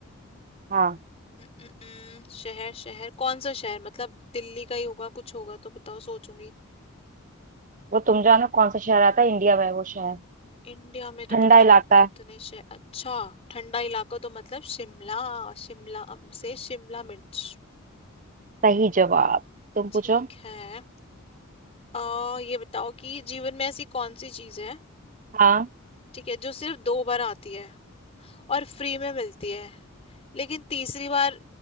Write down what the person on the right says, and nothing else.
हाँ
वो तुम जानो कौन सा शहर आता है इंडिया में वो शहर
ठंडा
इलाका
है
सही जवाब तुम
पूछो
हाँ